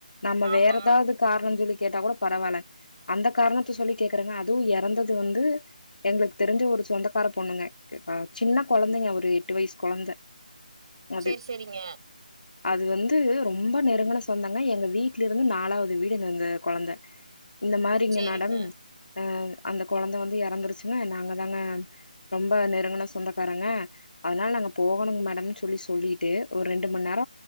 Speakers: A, on the left; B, on the right.
A: நம்ம
B: ஆமா
A: வேற ஏதாவது காரண சொல்லி கேட்டா கூட பரவாயில்ல அந்த காரணத்த சொல்லி கேக்கறங்க அதுவு இறந்தது வந்து எங்களுக்கு தெரிஞ்ச ஒரு சொந்தக்கார பொண்ணுங்க சின்ன கொழந்தைங்க ஒரு எட்டு வயசு கொழந்த அது.
B: சேர் சேரி சேரிங்க
A: அது வந்து ரொம்ப நெருங்கன சொந்தாங்க எங்கள் வீட்ல இருந்து நாலாவது வீடுங்க அந்த கொழந்த இந்த மாரிங்க
B: சேரிங்க
A: மேடம் அ அந்த கொழந்த வந்து இறந்துருச்சிங்கா நங்க தாங்க ரொம்ப நெருங்கன சொந்தக்காரங்க அதனால நாங்க போகணுங்க மேடம் போய் சொல்லிட்டு ஒரு ரெண்டு ம நேர